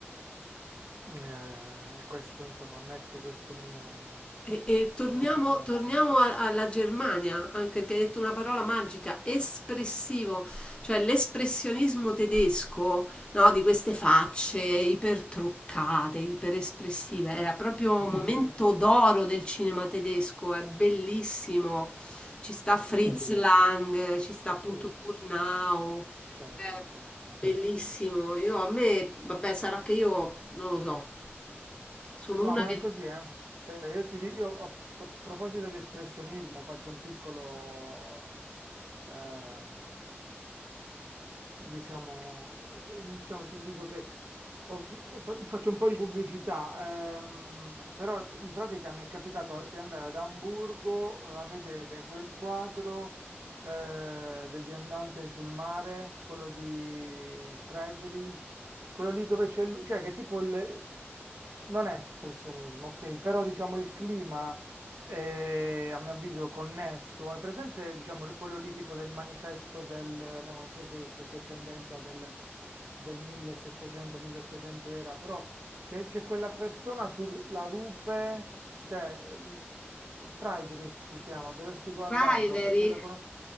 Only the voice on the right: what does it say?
Ehm, e questo insomma ammetto questo mio
questa
mia mancanza.
<laughs>
È vero.
Eh,
certo,
certo.
No,
ma
è così, eh. Cioè, io ti dico, io a a proposito di espressionismo faccio un piccolo, ehm, diciamo, eh, diciamo, ti dico che ho- ho fa- faccio un po' di pubblicità, ehm, però in pratica mi è capitato di andare ad Amburgo eh, a vedere quel quadro eh, del viandante sul mare, quello di Friedrich quello lì dove c'è lui, cioè che tipo il, non è espressionismo, ok, però diciamo il clima è, a mio avviso connesso, è presente diciamo quello lì tipo del manifesto del, mo non so che, che- che tendenza del, del 1700-1800 era, però c'è c'è quella persona sulla rupe, cioè mh, Friedrich si chiama, dovresti guardarlo
perché lo conosco.